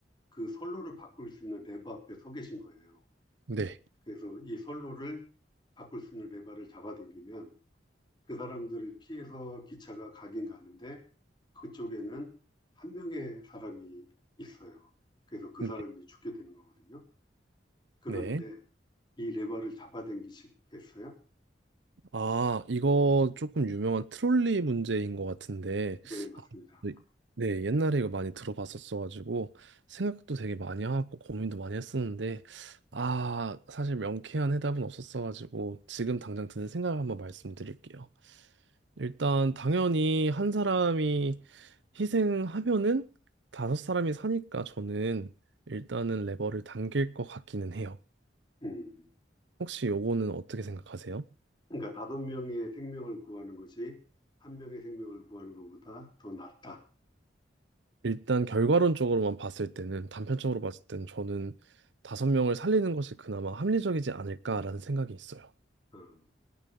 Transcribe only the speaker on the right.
네,
네,
네.
아, 이거 조금 유명한 트롤리 문제인 것 같은데,
아, 네, 네, 옛날에 이거 많이 들어봤었어가지고, 생각도 되게 많이 하고, 고민도 많이 했었는데, 아, 사실 명쾌한 해답은 없었어가지고, 지금 당장 드는 생각을 한번 말씀드릴게요. 일단, 당연히 한 사람이 희생하면은 다섯 사람이 사니까 저는 일단은 레버를 당길 것 같기는 해요.
혹시 요거는 어떻게 생각하세요?
일단 결과론적으로만 봤을 때는 단편적으로 봤을 때는 저는 다섯 명을 살리는 것이 그나마 합리적이지 않을까라는 생각이 있어요.